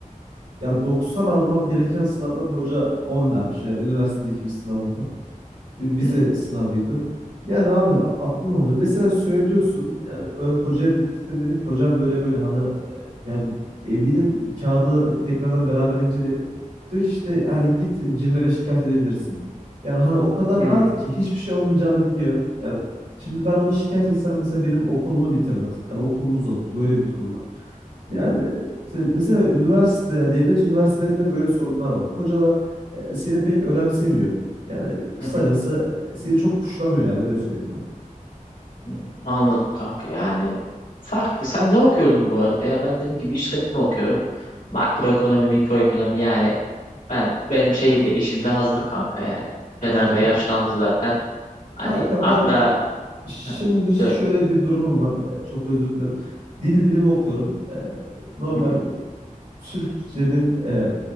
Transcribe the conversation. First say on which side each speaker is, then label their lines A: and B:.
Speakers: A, on the right; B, on the left.
A: ya 90 almam gereken sınavdan hoca 10 vermiş. Yani üniversitedeki bir sınavımda. bir vize
B: Hı hı.
A: sınavıydı. Yani abi aklım almıyor. Mesela söylüyorsun yani ö- hocaya dedi, gittim dedim ki hocam böyle böyle hani e, yani eminim kağıdı tekrardan beraber inceleyelim. Diyor ki işte hani git CİMER'e şikayet edebilirsin diyor. Yani hani o kadar
B: Hmm,
A: rahat ki hiçbir şey olmayacağını biliyor. Yani şimdi ben onu şikayet etsem mesela benim okulumu bitirmez. Yani okulumu uzatır. Böyle bir durum var. Yani işte mesela üniversite, yani devlet üniversitelerinde böyle sorunlar var. Hocalar e, seni pek önemsemiyor. Yani kısacası
B: hı hı,
A: e, seni çok puşlamıyor yani öyle söyleyeyim kanka.
B: hı. Anladım kanka. Yani farklı. Sen ne okuyordun bu arada ya? Ben dediğim gibi işletme okuyorum. Makroekonomi, mikroekonomi yani Ben benim şeyim de işim de hazır kanka yani. Peder
A: Anladım.
B: de yaşlandı zaten. Hani
A: Kanka
B: hatta
A: ben e, şimdi
B: Heh, söyle.
A: şöyle bir durumum var. E, çok özür dilerim. Dil bilimi okuyorum. E, normal
B: Hı hı,
A: Türkçenin e,